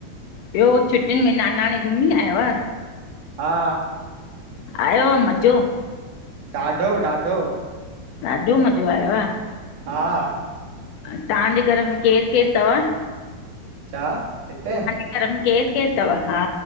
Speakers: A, on the left; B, on the right.
A: ॿियो छुटियुनि में नानाणे घुमी आय आहिव?
B: हा।
A: आयो मज़ो?
B: ॾाढो- ॾाढो।
A: ॾाढो मज़ो आयो आह?
B: हा।
A: औरतव्हांजे घर में केरु- केरु अथव।
B: छा? हिते।
A: धर मे केर-केर तव हा।